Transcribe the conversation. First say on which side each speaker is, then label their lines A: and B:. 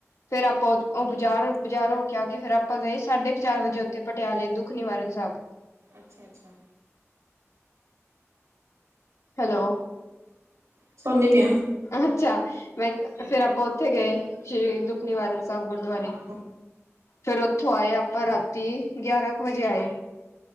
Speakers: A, on the left; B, on the right.
A: ਫੇਰ ਆਪਾਂ ਓ ਬਜ਼ਾਰ ਬਜ਼ਾਰ ਹੋ ਕੇ ਆ ਕੇ ਫੇਰ ਆਪਾਂ ਗਏ ਸਾਢੇ ਕੁ ਚਾਰ ਵਜੇ ਓਥੇ ਪਟਿਆਲੇ ਦੁੱਖ ਨਿਵਾਰਨ ਸਾਹਿਬ।
B: ਅੱਛਾ ਅੱਛਾ।
A: ਹੈਲੋ।
B: ਸੋਨੀ ਤੇ ਐ।
A: ਅੱਛਾ ਮੈਂ ਫੇਰ ਆਪਾਂ ਓਥੇ ਗਏ ਸ਼੍ਰੀ ਦੁੱਖ ਨਿਵਾਰਨ। ਗੁਰਦੁਵਾਰੇ
B: ਆਹੋ
A: ਫੇਰ ਓਥੋਂ ਆਏ ਆਪਾਂ ਰਾਤੀ ਗਿਆਰਾਂ ਕੁ ਵਜੇ ਆਏ।